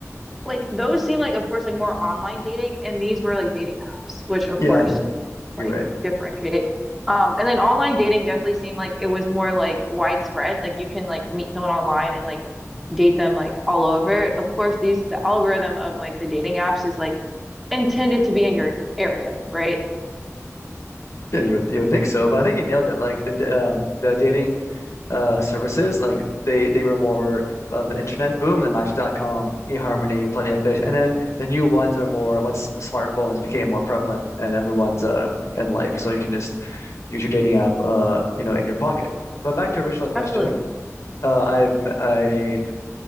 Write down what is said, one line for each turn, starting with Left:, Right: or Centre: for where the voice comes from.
Centre: like those seem like of course like more online dating, and these were like dating apps, which of
Left: Yeah,
Centre: course
Left: you're
Centre: like
Left: right.
Centre: differentiate. Um, and then online dating definitely seemed like it was more like widespread. Like you can like meet someone online and like date them like all over. Of course, these the algorithm of like the dating apps is like intended to be in your area, right?
Left: Yeah, you would you would think so, but I think you nailed it. Like the d- um the dating uh services, like they they were more of an internet boom, the Match dot com, eHarmony, Plenty of Fish, and then the new ones are more once smartphones became more prevalent and everyone's uh in life, so you can just use your dating app uh you know in your pocket. But back to your original question,
Centre: Absolutely.
Left: uh I've m- I